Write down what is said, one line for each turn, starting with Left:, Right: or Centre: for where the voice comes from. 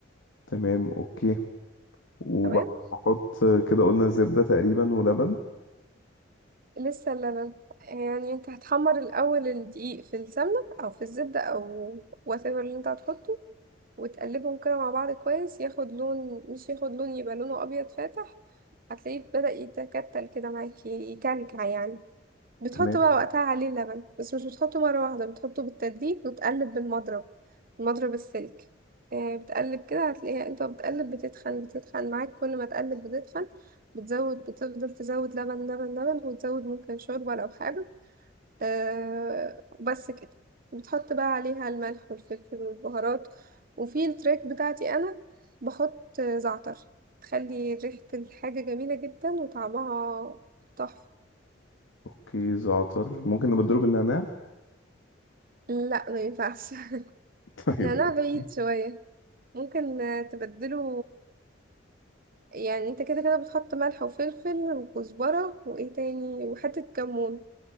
Left: تمام اوكي وبحط
Right: تمام
Left: كده قلنا زبدة تقريبا ولبن
Right: لسه اللبن يعني انت هتحمر الأول الدقيق في السمنة أو في الزبدة أو whatever اللي انت هتحطه وتقلبهم كده مع بعض كويس ياخد لون مش ياخد لون يبقى لونه أبيض فاتح هتلاقيه بدأ يتكتل كده معاكي يكلكع يعني بتحط
Left: تمام
Right: بقى وقتها عليه اللبن بس مش بتحطه مرة واحدة بتحطه بالتدريج وتقلب بالمضرب المضرب السلك آه، بتقلب كده هتلاقيها انت بتقلب بتتخن بتتخن معاك كل ما تقلب بتتخن بتزود بتفضل تزود لبن لبن لبن وتزود ممكن شوربة لو حابب آه، بس كده بتحط بقى عليها الملح والفلفل والبهارات وفي التريك بتاعتي انا بحط زعتر تخلي ريحة الحاجة جميلة جدا وطعمها تحفة
Left: اوكي زعتر ممكن نبقى نضرب النعناع
Right: لا ما ينفعش
Left: <laughs> طيب
Right: نعناع
Left: اوكي
Right: بعيد شوية ممكن آه، تبدله يعني انت كده كده بتحط ملح وفلفل وكزبرة وايه تاني وحتة كمون